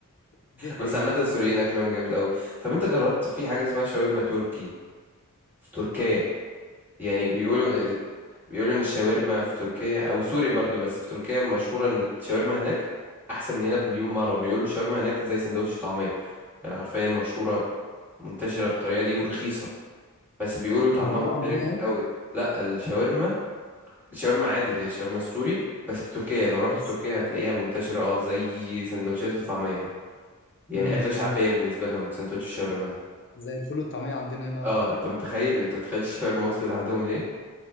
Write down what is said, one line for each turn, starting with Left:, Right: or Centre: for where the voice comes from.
Left: دي حقيقة
Centre: بس عامة سوريين أكلهم جامد أوي طب أنت جربت في حاجة اسمها شاورما تركي في تركيا يعني بيقولوا
Left: لا
Centre: بيقولوا إن الشاورما في تركيا أو سوريا برضو بس في تركيا مشهورة إن الشاورما هناك أحسن من هنا بمليون مرة بيقولوا الشاورما هناك زي سندوتش طعمية يعني حرفيا مشهورة منتشرة بالطريقة دي ورخيصة بس بيقولوا طعمها
Left: موجود
Centre: مختلف
Left: عندنا هنا
Centre: أوي لا الشاورما الشاورما عادي اللي هي الشاورما السوري بس في تركيا لو رحت
Left: بس
Centre: تركيا هتلاقيها منتشرة اه زي سندوتشات الطعمية هنا يعني
Left: امم
Centre: أكلة
Left: أمم.
Centre: شعبية بالنسبة لهم سندوتش الشاورما ده
Left: زي الفول والطعمية عندنا هنا قصدك
Centre: اه انت
Left: يعني
Centre: متخيل انت متخيل الشاورما وصلت عندهم ليه